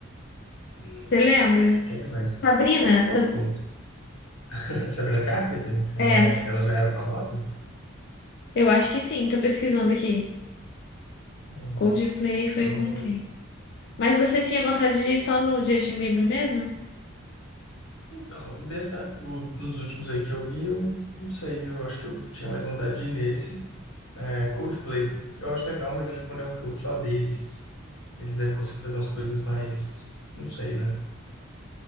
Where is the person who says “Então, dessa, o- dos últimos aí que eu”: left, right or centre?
Left